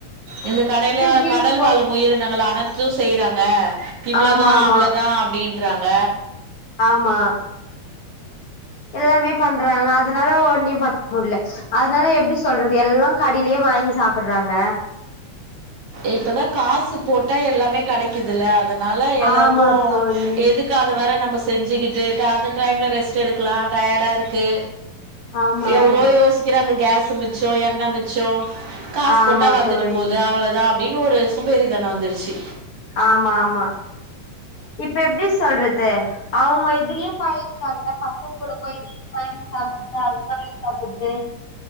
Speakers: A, on the right; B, on the left.
A: எங்க கடையில
B: வியூஸ்
A: கடல்
B: போ
A: வாழும் உயிரினங்கள் அனைத் சு செய்றாங்க இவ்ளதா
B: ஆமா ஆமா
A: அவ்ளதா அப்டின்றாங்க
B: ஆமா எல்லாமே பண்றாங்க அதனால ஒன்னி பாக்க முட்ல அதனால எப்டி சொல்றது எல்லா கடையிலயே வாங்கி சாப்புடுறாங்க
A: இப்பதா காசு போட்டா எல்லாமே கடைக்குதுல அதனால எல்லாருக்கோ
B: ஆமா தோழி
A: எதுக் கு அத வேர நம்ம செஞ்சுக்கிட்டு அந்த டைம்ல ரெஸ்ட் எடுக்கலா டயர்டா இருக்கு
B: ஆமா
A: எவ்ளோ
B: ஆமா
A: யோசிக்கிறாங்க கேஸ்சு மிச்சோ எண்ண மிச் ச்சோ காசு
B: ஆமா
A: போட்டா வந்துட்டு
B: தோழி
A: போது அவ்ளோதா அப்டின்னு ஒரு சோம்பேறி தானோ வந்துருச்சி
B: ஆமா ஆமா இப்ப எப்டி சொல்றது அவங்க இதுலயே பழகிட்டாங்க பசங்க கூட போயி இத வாங்கி சாப்புட்டு அது வாங்கி சாப்புட்டு